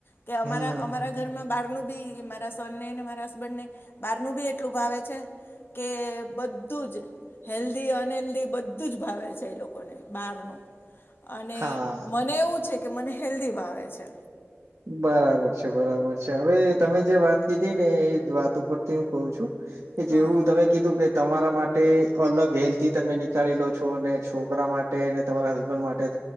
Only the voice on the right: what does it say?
હમ
હા
બરાબર છે બરાબર છે હવે તમે જે વાત કીધી ને એ વાત ઉપરથી હું કઉ છું. કે જેવું
તમે કીધું કે તમારા માટે અલગ હેલ્થી તમે નીકાળી લો છો છોકરા માટે ને તમારા હસબન્ડ માટે